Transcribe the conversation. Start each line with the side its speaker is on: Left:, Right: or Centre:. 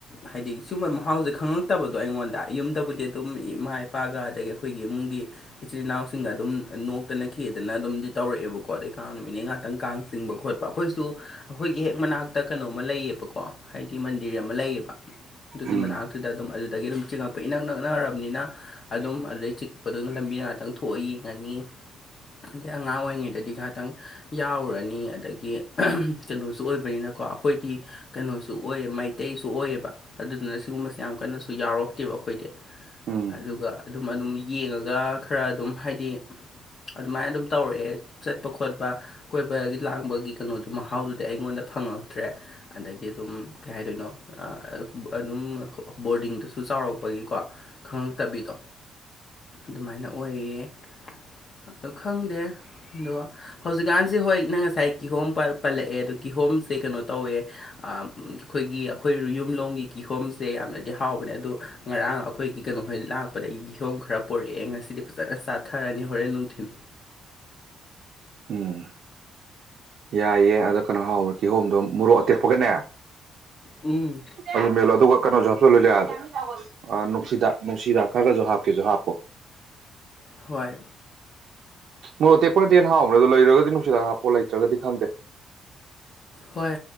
Left: ꯍꯥꯏꯗꯤ ꯁꯤꯒꯨꯝꯕꯩ ꯃꯍꯥꯎꯖꯦ ꯈꯪꯉꯛꯇꯕꯗꯣ ꯑꯩꯉꯣꯟꯗ ꯌꯨꯝꯗꯕꯨꯗꯤ ꯑꯗꯨꯝ ꯏꯃꯥ ꯏꯄꯥꯒ ꯑꯗꯒꯤ ꯑꯈꯣꯏꯒꯤ ꯏꯃꯨꯡꯒꯤ ꯏꯆꯤꯜ ꯏꯅꯥꯎꯁꯤꯡꯒ ꯑꯗꯨꯝ ꯅꯣꯛꯇꯅ ꯈꯦꯗꯅ ꯑꯗꯨꯝꯗꯤ ꯇꯧꯔꯛꯑꯦꯕꯀꯣ ꯑꯗꯩ ꯀꯥꯡ ꯅꯨꯃꯤꯠꯅꯦ ꯉꯥꯛꯇꯪ ꯀꯥꯡ ꯆꯤꯡꯕ ꯈꯣꯠ ꯄ ꯑꯈꯣꯏꯁꯨ ꯑꯈꯣꯏꯒꯤ ꯍꯦꯛ ꯃꯅꯥꯛꯇ ꯀꯩꯅꯣꯝꯃ ꯂꯩꯌꯦꯕꯀꯣ ꯍꯥꯏꯗꯤ ꯃꯟꯗꯤꯔ ꯑꯃ ꯂꯩꯌꯦꯕ ꯑꯗꯨꯒꯤ
Right: ꯎꯝ
Left: ꯃꯅꯥꯛꯇꯨꯗ ꯑꯗꯨꯝ ꯑꯗꯨꯗꯒꯤ ꯑꯗꯨꯝ ꯆꯤꯡꯉꯛꯄ ꯏꯅꯛ ꯅꯛꯅꯔꯝꯅꯤꯅ ꯑꯗꯨꯝ ꯑꯗꯩ ꯆꯤꯛꯄꯗꯨꯅ ꯂꯝꯕꯤꯗ ꯉꯥꯛꯇꯪ ꯊꯣꯛꯑ ꯌꯦꯡꯉꯅꯤ ꯑꯗꯩ ꯑꯉꯥꯡ ꯑꯣꯏꯔꯤꯉꯩꯗꯗꯤ ꯉꯥꯛꯇꯪ ꯌꯥꯎꯔꯨꯔꯅꯤ ꯑꯗꯒꯤ ꯀꯩꯅꯣꯁꯨ ꯑꯣꯏꯕꯅꯤꯅꯀꯣ ꯑꯈꯣꯏꯗꯤ ꯀꯩꯅꯣꯁꯨ ꯑꯣꯏꯌꯦ ꯃꯩꯇꯩꯁꯨ ꯑꯣꯏꯌꯦꯕ ꯑꯗꯨꯗꯨꯅ ꯁꯤꯒꯨꯝꯕꯁꯦ ꯌꯥꯝ ꯀꯟꯅꯁꯨ ꯌꯥꯎꯔꯛꯇꯦꯕ ꯑꯈꯣꯏꯗꯤ
Right: ꯎꯝ
Left: ꯑꯗꯨꯒ ꯑꯗꯨꯝ ꯑꯗꯨꯝ ꯌꯦꯡꯉꯒ ꯈꯔ ꯑꯗꯨꯝ ꯍꯥꯏꯗꯤ ꯑꯗꯨꯃꯥꯏ ꯑꯗꯨꯝ ꯇꯧꯔꯛꯑꯦ ꯆꯠꯄ ꯈꯣꯠꯄ ꯀꯣꯏꯕꯒꯤ ꯂꯥꯡꯕꯒꯤ ꯀꯩꯅꯣꯗꯨ ꯃꯍꯥꯎꯗꯨꯗꯤ ꯑꯩꯉꯣꯟꯗ ꯐꯪꯉꯛꯇ꯭ꯔꯦ ꯑꯗꯒꯤ ꯑꯗꯨꯝ ꯀꯩ ꯍꯥꯏꯗꯣꯏꯅꯣ ꯑꯗꯨꯝ ꯕꯣꯔꯗꯤꯡꯗꯁꯨ ꯆꯥꯎꯔꯛꯄꯒꯤꯀꯣ ꯈꯪꯉꯛꯇꯕꯤꯗꯣ ꯑꯗꯨꯃꯥꯏꯅ ꯑꯣꯏꯌꯦ ꯑꯗꯨ ꯈꯪꯗꯦ ꯑꯗꯣ ꯍꯧꯖꯤꯛꯀꯥꯟꯁꯦ ꯍꯣꯏ ꯅꯪ ꯉꯁꯥꯏ ꯀꯤꯍꯣꯝ ꯄꯜꯂꯛꯑꯦ ꯑꯗꯣ ꯀꯤꯍꯣꯝꯁꯦ ꯀꯩꯅꯣ ꯇꯧꯋꯦ ꯑꯈꯣꯏꯒꯤ ꯑꯈꯣꯏ ꯌꯨꯝꯂꯣꯡꯝꯒꯤ ꯀꯤꯍꯣꯝꯁꯦ ꯌꯥꯝꯅꯗꯤ ꯍꯥꯎꯕꯅꯦ ꯑꯗꯨ ꯉꯔꯥꯡ ꯑꯈꯣꯏꯒꯤ ꯀꯩꯅꯣꯍꯣꯏ ꯂꯥꯛꯄꯗ ꯏ ꯒꯤꯍꯣꯝ ꯈꯔ ꯄꯣꯔꯛꯑꯦ ꯉꯁꯤꯗꯤ ꯐꯖꯅ ꯆꯥꯊꯔꯅꯤ ꯍꯣꯔꯦꯟ ꯅꯨꯡꯊꯤꯟ
Right: ꯎꯝ ꯌꯥꯏꯌꯦ ꯑꯗꯣ ꯀꯅꯥꯍꯥꯎꯕ ꯀꯤꯍꯣꯝꯗꯣ ꯃꯣꯔꯣꯛ ꯑꯇꯦꯛꯄꯒꯅꯦ
Left: ꯎꯝ
Right: ꯑꯗꯨ ꯃꯦꯠꯂꯣ ꯑꯗꯨꯒ ꯀꯩꯅꯣꯁꯨ ꯍꯥꯞꯆꯜꯂꯨ <unintelligible> ꯑ ꯅꯨꯡꯁꯤꯗꯥꯛ ꯅꯨꯡꯁꯤꯗꯥꯛ ꯈꯔꯒꯖꯨ ꯍꯥꯞꯀꯦꯖꯨ ꯍꯥꯞꯄꯣ
Left: ꯍꯣꯏ
Right: ꯃꯣꯔꯣꯛ ꯑꯇꯦꯛꯄꯅꯗꯤ ꯍꯦꯟꯅ ꯍꯥꯎꯕꯅꯦ ꯑꯗꯣ ꯂꯩꯔꯒꯗꯤ ꯅꯨꯡꯁꯤꯗꯥꯛ ꯍꯥꯞꯄꯣ ꯂꯩꯇ꯭ꯔꯥꯒꯗꯤ ꯈꯪꯗꯦ
Left: ꯍꯣꯏ